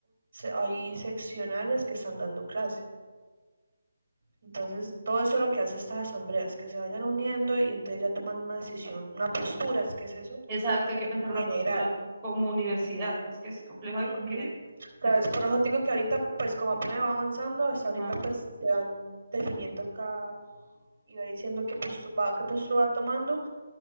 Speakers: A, on the right; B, on the right.
A: hay seccionales que están dando clase. Entonces, todo eso es lo que hace estas asambleas, que se vayan uniendo y entonces ya toman una decisión, una postura, es que es eso,
B: Exacto, hay que
A: en
B: pensar
A: general.
B: una postura como universidad. Es que es complejo
A: Ujú.
B: ahí porque...
A: ¿Sabes?
B: ya,
A: Por eso te digo que ahorita, pues como apenas va avanzando, hasta
B: ajá.
A: ahorita pues se van definiendo cada, y va diciendo qué postura va, qué postura va tomando.